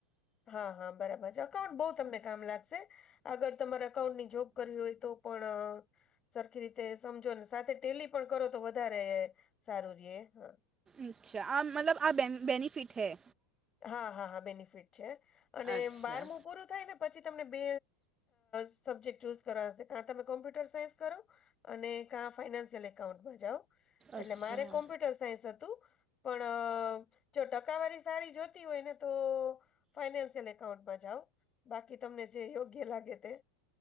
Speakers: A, on the left (about 30°); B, on the right (about 20°).
A: હા હા બરાબર છે અકાઉન્ટ બહુ તમને કામ લાગશે. અગર તમારે અકાઉન્ટની જોબ કરવી હોય તો પણ સરખી રીતે સમજો ને સાથે ટેલી પણ કરો તો વધારે સારું રે હા
B: અચ્છા આ મતલબ આ બે બેનિફિટ હૈ
A: હા-હા-હા બેનિફિટ છે અને
B: અચ્છા
A: બારમું પૂરું થાય ને પછી તમને બે સબ્જેક્ટ ચૂઝ કરવા હશે તમે કોમ્પ્યુટર સાયન્સ કરો અને કા ફાઈનાન્સિયલ એકાઉન્ટમાં જાઓ. એટલે
B: અચ્છા
A: મારે કોમ્પ્યુટર સાયન્સ હતું પણ જો ટકાવારી સારી જોતી હોય ને તો ફાઈનાન્શિયલ એકાઉન્ટ માં જાઉં બાકી તમને જે યોગ્ય લાગે તે